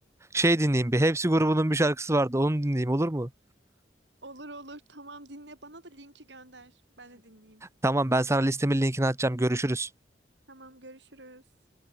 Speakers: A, on the right; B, on the right.
A: şey dinleyeyim bir Hepsi grubunun bir şarkısı vardı onu dinleyeyim olur mu?
B: Olur olur. Tamam dinle. Bana da linki gönder. Ben de dinleyeyim.
A: Tamam ben sana listemin linkini atacağım. Görüşürüz.
B: Tamam görüşürüz.